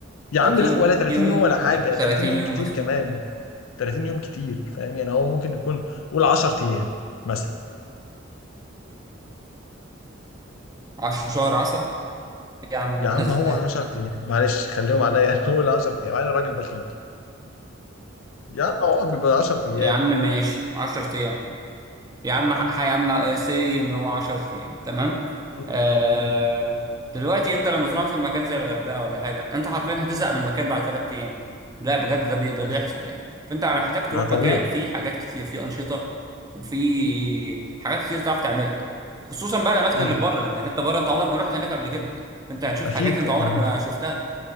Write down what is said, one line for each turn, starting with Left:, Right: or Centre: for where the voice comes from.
Left: يا
Right: 30
Left: عم لا ولا 30
Right: يوم
Left: يوم ولا حاجه
Right: انا 30
Left: 30 يوم
Right: يوم
Left: كتير
Right: مثلا
Left: كمان 30 يوم كتير فاهم يعني هو ممكن يكون قول 10 ايام مثلا
Right: 10 شهر عسل إيه يا عم
Left: يا
Right: ده
Left: عم
Right: <laughs>
Left: هو
Right: ده-
Left: 10 ايام معلش خليهم عليا <laughs> انا قول 10 ايام انا راجل بخيل يا عم هو بيبقى 10 ايام
Right: يا عم ماشي 10 ايام يا عم ح- يا عم سي ان هو 10 ايام تمام
Left: مم.
Right: آه
Left: مم.
Right: دلوقتي انت لما تروح مثلا مكان زي الغردقه ولا حاجه انت حرفيا هتزهق من المكان بعد 3 ايام لا بجد ده بي ده
Left: ماشي
Right: بيحصل يعني فانت محتاج تروح
Left: ما طبيعي
Right: مكان فيه حاجات كتير فيه انشطه وفيه حاجات كتير تعرف تعملها خصوصا بقى الاماكن
Left: مم.
Right: اللي في بره لانك انت بره انت عمرك ما رحت هناك قبل كده فانت هتشوف
Left: اكيد
Right: حاجات انت
Left: طبعا
Right: عمرك ما شفتها